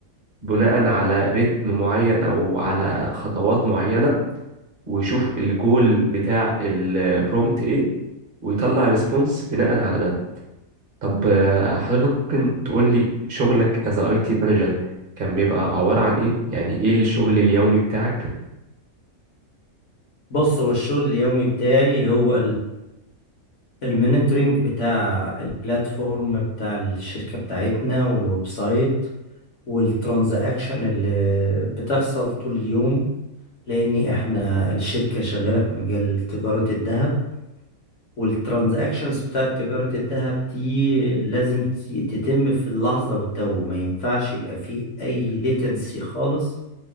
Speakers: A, on the right; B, on the left.
A: بناء على رتم معين او على خطوات معينة ويشوف الجول بتاع البرومت ايه ويطلع ريسبونس بناء على ده طب آه، حضرتك ممكن تقول لي شغلك از اي تي مانجر كان بيبقى عبارة عن ايه يعني ايه الشغل اليومي بتاعك
B: بص هو الشغل اليومي بتاعي هو المونيتورنج بتاع البلاتفورم بتاع الشركة بتاعتنا والويب سايت والترانزاكشن اللي بتحصل طول اليوم لأن احنا الشركة شغالة في مجال تجارة الذهب والترانزاكشنز بتاعة تجارة الذهب دي لازم ت- تتم في اللحظة والتو ما ينفعش يبقى فيه أي ليتنسي خالص